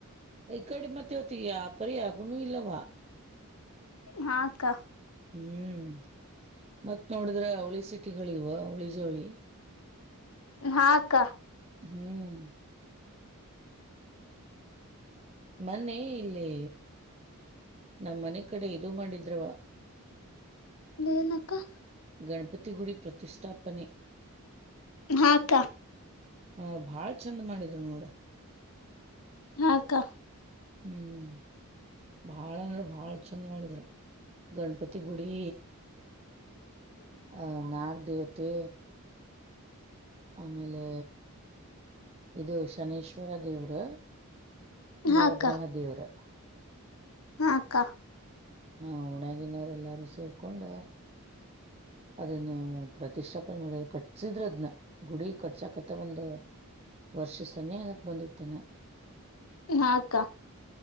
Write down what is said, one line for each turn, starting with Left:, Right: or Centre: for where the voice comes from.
Right: ಕಡೆ ಮತ್ತೆ ಇತ್ತಿಗೆ ವ್ಯಾಪಾರಿ ಆಗುನ ಇಲ್ಲವಾ
Left: ಹ ಅಕ್ಕಾ
Right: ಹ್ಮ್ ಮತ್ತ್ ನೋಡಿದ್ರ ಅವಳಿ ಸಿಟಿಗಳಿವ ಅವಳಿ ಜೋಳಿ
Left: ಹ ಅಕ್ಕ
Right: ಹ್ಮ್ ಮನ್ನೆ ಇಲ್ಲಿ ನಮ್ಮ ಮನೆ ಕಡೆ ಇದು ಮಾಡಿದ್ರ್
Left: ಏನಾಕ್ಕ
Right: ಗಣಪತಿಗುಡಿ ಪ್ರತಿಷ್ಠಾಪನೆ
Left: ಹ ಅಕ್ಕ
Right: ಹ ಭಾಳ್ ಚಂದ ಮಾಡಿದ್ರು ನೋಡ
Left: ಹ ಅಕ್ಕಾ
Right: ಹ್ಮ್ ಬಾಳ ಅಂದ್ರ ಬಾಳ್ ಚಂದ ಮಾಡಿದ್ರ ಗಣಪತಿ ಗುಡಿ
Left: ಹ್ಮ್ <inaudible>
Right: ಹಾ ನಾಗದೇವತೆ ಆಮೇಲೆ ಇದು ಶನೇಶ್ವರ ದೇವ್ರು
Left: ಹಾ
Right: ನವಗ್ರಹ
Left: ಅಕ್ಕ
Right: ದೇವರು
Left: ಹಾ ಅಕ್ಕ
Right: ಹಾ ಊನಾಗಿನವರೆ ಎಲ್ಲಾರು ಸೇರ್ಕೊಂಡ ಅದನ್ನ ಪ್ರತಿಷ್ಠಾಪನೆ ಮಾಡಿದ ಕಟ್ಸಿದ್ರದ್ನ ಗುಡಿ ಕಟ್ಸಕತ್ತ ಒಂದು ವರ್ಷ ಸನಿಯಾ ಆಗಕ್ ಬಂದಿತ್ತೇನೆ
Left: ಹ ಅಕ್ಕ